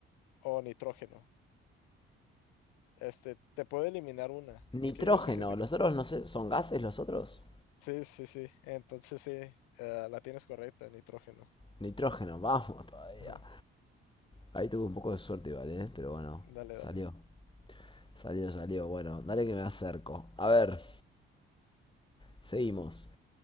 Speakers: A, on the left (about 80°); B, on the left (about 15°).
A: o nitrógeno. Este, te puedo eliminar una
B: Nitrógeno.
A: porque yo sé que es difícil.
B: Los otros no sé, ¿son gases los otros?
A: Sí, sí, sí. Entonces, sí, eh, la tienes correcta, nitrógeno.
B: Nitrógeno, vamos todavía.
A: Ajá.
B: Ahí tuve un poco de suerte vale, ¿eh? Pero bueno,
A: Dale,
B: salió.
A: dale.
B: Salió, salió. Bueno, dale que me acerco. A ver, seguimos.